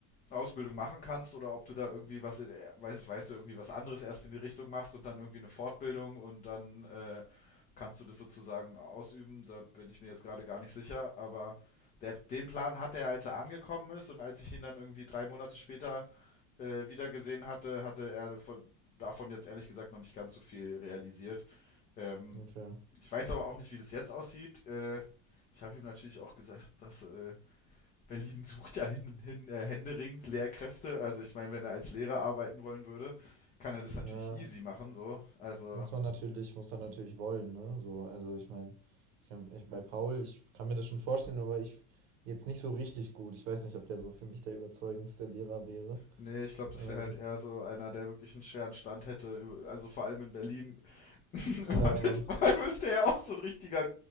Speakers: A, on the left; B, on the right.
A: Ausbildung machen kannst oder ob du da irgendwie was, in, äh, weiß, weißt du, irgendwie was anderes erst in die Richtung machst und dann irgendwie eine Fortbildung und dann äh, kannst du das sozusagen ausüben. Da bin ich mir jetzt gerade gar nicht sicher, aber der, den Plan hatte er, als er angekommen ist und als ich ihn dann irgendwie drei Monate später äh, wieder gesehen hatte, hatte er von, davon jetzt ehrlich gesagt noch nicht ganz so viel realisiert. Ähm,
B: Okay.
A: ich weiß aber auch nicht, wie das jetzt aussieht. Äh, ich habe ihm natürlich auch gesagt, dass äh, Berlin sucht ja hin, hin, äh, händeringend Lehrkräfte. Also ich meine, wenn er als Lehrer arbeiten wollen würde, kann er das natürlich
B: Ja.
A: easy machen, so. Also,
B: Muss man natürlich, muss man natürlich wollen, ne? So, also ich meine, ich kann, ich, bei Paul, ich kann mir das schon vorstellen, aber ich jetzt nicht so richtig gut. Ich weiß nicht, ob der so für mich der überzeugendste Lehrer wäre.
A: nee, ich glaube, das
B: Ähm,
A: wäre halt eher so einer, der wirklich einen schweren Stand hätte, über- also vor allem in Berlin. <laughs> Und
B: ja, Mann.
A: vor allem ist der ja auch so ein richtiger